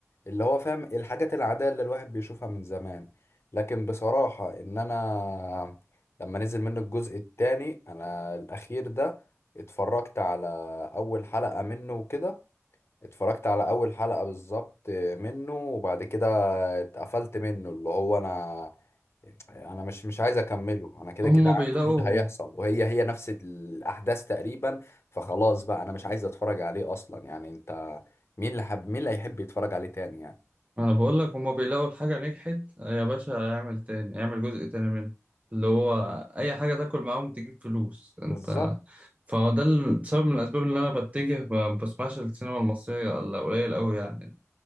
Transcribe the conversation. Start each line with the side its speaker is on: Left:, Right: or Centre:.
Left: اللي هو فاهم الحاجات العادية اللي الواحد بيشوفها من زمان لكن بصراحة ان انا لما نزل منه الجزء التاني انا الاخير ده اتفرجت على اول حلقة منه وكده اتفرجت على اول حلقة بالظبط منه وبعد كده اتقفلت منه اللي هو انا انا مش مش عايز اكمله انا كده
Right: هما
Left: كده عارف
Right: بيلاقوا
Left: ايه اللي هيحصل وهي هي نفس الاحداث تقريبا فخلاص بقى انا مش عايز اتفرج عليه اصلا يعني انت مين اللي حب مين اللي هيحب يتفرج عليه تاني يعني
Right: ما انا بقول لك هما بيلاقوا الحاجة نجحت يا باشا اعمل تاني اعمل جزء تاني منها اللي هو اي حاجة تاكل معاهم تجيب فلوس
Left: بالظبط
Right: انت فده ال- سبب من الاسباب اللي انا بتجه ما بسمعش السينما المصرية الا قليل قوي يعني